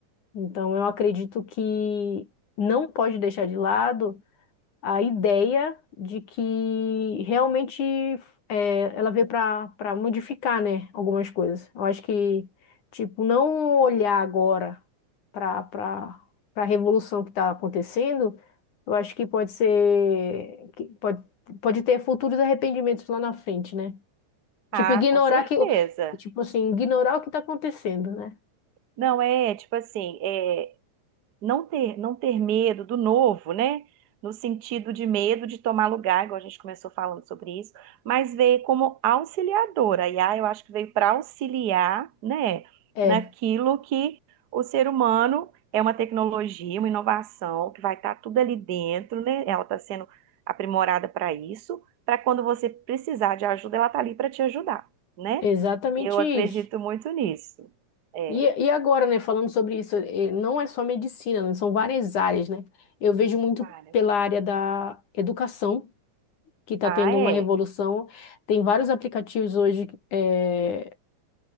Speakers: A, on the left; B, on the right.
A: Então, eu acredito que não pode deixar de lado a ideia de que realmente eh, ela veio para para modificar, né, algumas coisas. Eu acho que, tipo, não olhar agora para para para a revolução que está acontecendo, eu acho que pode ser que pode, pode ter futuros arrependimentos lá na frente, né?
B: Ah,
A: Tipo, ignorar
B: com certeza.
A: que, tipo assim, ignorar o que está acontecendo, né?
B: Não, é tipo assim, é. não ter, não ter medo do novo, né? No sentido de medo de tomar lugar, igual a gente começou falando sobre isso, mas veio como auxiliadora. A IA, eu acho que veio para auxiliar, né,
A: É,
B: naquilo que o ser humano é uma tecnologia, uma inovação, que vai estar tudo ali dentro, né? Ela está sendo aprimorada para isso, para quando você precisar de ajuda, ela está ali para te ajudar, né?
A: exatamente
B: Eu acredito
A: isso.
B: muito nisso. É,
A: E, e agora, né, falando sobre isso, eh, não é só medicina, né, são várias áreas, né? Eu vejo muito
B: para.
A: pela área da educação, que está
B: Ah,
A: tendo
B: é.
A: uma revolução. Tem vários aplicativos hoje eh,